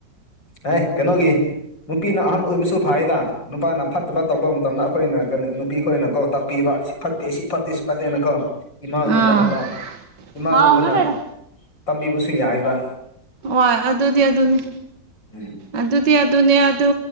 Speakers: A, on the left (about 80°); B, on the right (about 70°).
A: ꯑꯦ ꯀꯩꯅꯣꯒꯤ ꯅꯨꯄꯤꯅ ꯑꯍꯟ ꯑꯣꯏꯕꯁꯨ ꯐꯥꯏꯗ ꯅꯨꯄꯥꯅ ꯐꯠꯇꯕ ꯇꯧꯕ ꯃꯇꯝꯗ ꯑꯩꯈꯣꯏꯅ ꯀꯩꯅꯣ ꯅꯨꯄꯤ ꯈꯣꯏꯅ ꯀꯣ ꯇꯥꯛꯄꯤꯕ ꯁꯤ ꯐꯠꯇꯦ ꯁꯤ ꯐꯠꯇꯦ ꯁꯤ ꯐꯠꯇꯦꯅ ꯀꯣ ꯏꯃꯥꯒꯨꯝꯕꯅꯀꯣ
B: ꯑꯥ
A: ꯏꯃꯥꯒꯨꯝꯕꯅ
B: ꯍꯥꯎꯅ ꯂꯩꯔꯣ
A: ꯇꯝꯕꯤꯕꯁꯨ ꯌꯥꯏꯕ
B: ꯍꯣꯏ ꯑꯗꯨꯗꯤ ꯑꯗꯨꯅꯤ
A: ꯎꯝ
B: ꯑꯗꯨꯗꯤ ꯑꯗꯨꯅꯦ ꯑꯗꯨ